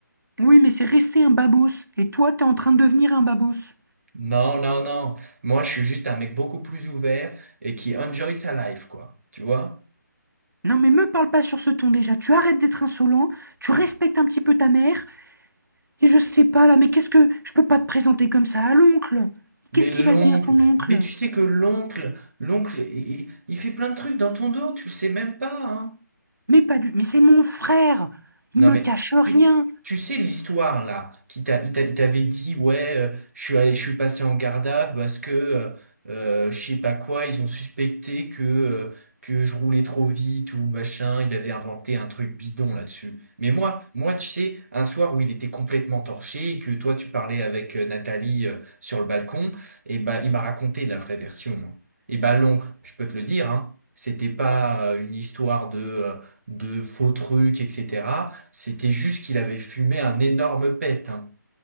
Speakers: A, on the right (about 85°); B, on the right (about 50°).
A: Oui, mais c'est resté un babos, et toi t'es en train de devenir un babos.
B: Non, non, non. Moi, je suis juste un mec beaucoup plus ouvert et qui enjoy sa life, quoi. Tu vois?
A: Non mais me parle pas sur ce ton déjà, tu arrêtes d'être insolent, tu respectes un petit peu ta mère, et je sais pas là, mais qu'est-ce que... Je peux pas te présenter comme ça à l'oncle.
B: Mais
A: Qu'est-ce qu'il
B: l'oncle,
A: va dire ton oncle?
B: mais tu sais que l'oncle, l'oncle, il, il fait plein de trucs dans ton dos, tu le sais même pas, hein.
A: Mais pas du... Mais c'est mon frère,
B: Non,
A: il me
B: mais
A: cache rien.
B: tu, tu sais l'histoire là, qui t'a, il t'a- il t'avait dit, ouais, euh, je suis allé, je suis passé en garde à vue parce que euh, euh, je sais pas quoi, ils ont suspecté que, euh, que je roulais trop vite ou machin, il avait inventé un truc bidon là-dessus. Mais moi, moi, tu sais, un soir où il était complètement torché et que toi tu parlais avec euh, Nathalie euh, sur le balcon, et ben il m'a raconté la vraie version. Et ben l'oncle, je peux te le dire, hein, c'était pas euh, une histoire de, euh, de faux trucs, etc. C'était juste qu'il avait fumé un énorme pet, hein.